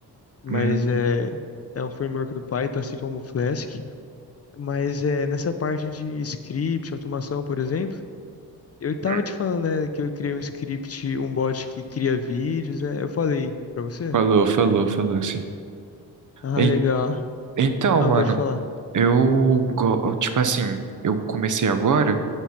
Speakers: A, on the left (about 40°); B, on the right (about 50°).
A: mas
B: Hum,
A: é, é um framework do Python, assim como o Flask. Mas é, nessa parte de script, automação, por exemplo, eu estava
B: hum.
A: te falando, né, que eu criei um script, um bot que cria vídeos, né? Eu falei pra você?
B: Falou, falou, falou, sim.
A: Ah,
B: En-
A: legal.
B: Então,
A: Ah,
B: mano,
A: pode falar.
B: eu, go- tipo assim, eu comecei agora,